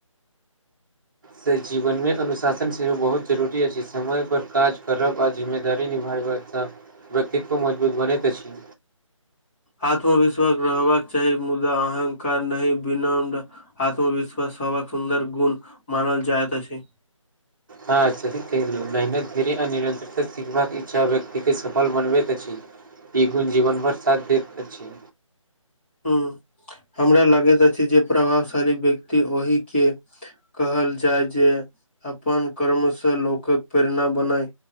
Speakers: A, on the right; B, on the left.
A: से जीवन मे अनुशासन सेहो बहुत जरूरी अछि समय पर काज करब आऽ जिम्मेदारी निभैयवा सँव्यक्तित्व मजबूत बनैत अछि।
B: आत्मविश्वास रहबाक चाही मुदा अहंकार नहि विनम्र आत्मविश्वास हव सुन्दर गुण मानल जायत अछि
A: हँ सही कहेलु मेहनत भरी आ निरतरता सिखवा के इच्छा व्यक्त के सफल बनबैत अछि ई गुण जीवन भर साथ दैत अछी
B: ह हमरा लगैत अछि जे प्रभावशाली व्यक्ति ओहि के कहल जाय जे अपन कर्मसँ लोकक प्रेरणा बनाय